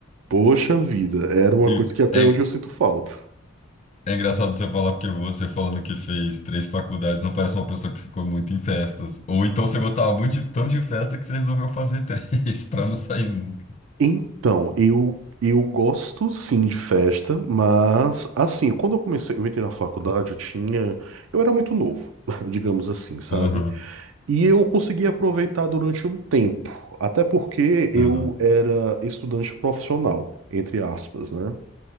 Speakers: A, on the right (about 65°); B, on the left (about 35°).
A: Poxa vida, era uma
B: E,
A: coisa que até
B: é,
A: hoje eu sinto falta.
B: É engraçado você falar porque você falando que fez três faculdades não parece uma pessoa que ficou muito em festas. Ou então você gostava muito de, tanto de festa que você resolveu fazer três <laughs> pra não sair nunca.
A: Então, eu eu gosto sim de festa, mas assim, quando eu comecei, eu entrei na faculdade, eu tinha, eu era muito novo, <laughs> digamos assim, sabe?
B: Aham,
A: E eu consegui aproveitar durante um tempo, até porque
B: aham.
A: eu era estudante profissional, entre aspas, né?